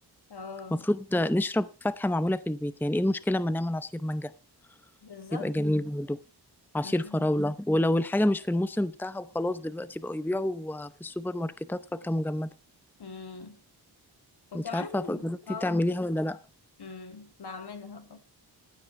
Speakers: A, on the left; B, in the centre.
A: اه
B: المفروض نشرب فاكهة معمولة في البيت يعني إيه المشكلة أما نعمل عصير مانجا
A: بالظبط
B: يبقى جميل برضه عصير
A: امم
B: فراولة ولو الحاجة مش في الموسم بتاعها وخلاص دلوقتي بقوا يبيعوا في السوبر ماركتات فاكهة مجمدة
A: أمم. وكمان
B: مش عارفة جربتي
A: اه
B: تعمليها ولا لأ
A: امم بعملها اه